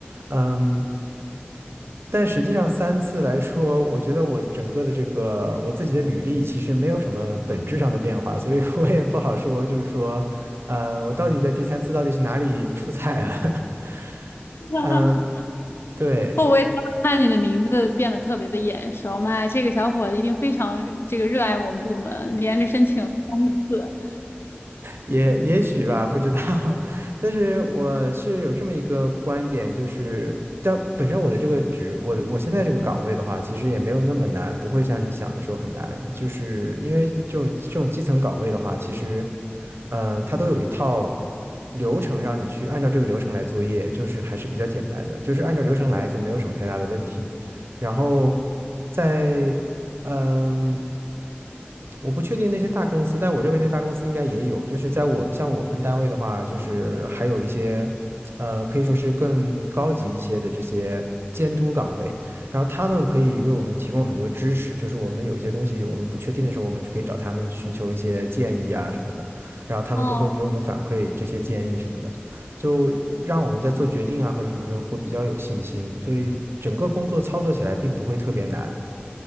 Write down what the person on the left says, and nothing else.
<laughs>
会不会当我看你的名字变得特别的眼熟？妈呀，这个小伙子一定非常这个热爱我们部门，连着申请三次。
哦，